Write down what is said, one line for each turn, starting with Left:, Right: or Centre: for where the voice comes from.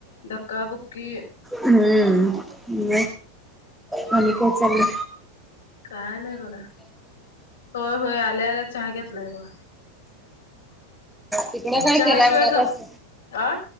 Left: धक्का बुकी.
Centre: हम्म मग आणि काय चालय.
Left: काय नाही बघा. होय होय आल्या आल्या चहा घेतलाय बघा.
Centre: तिकडं काय
Left: चहाशिवाय
Centre: केलाय <unintelligible>
Left: जम अ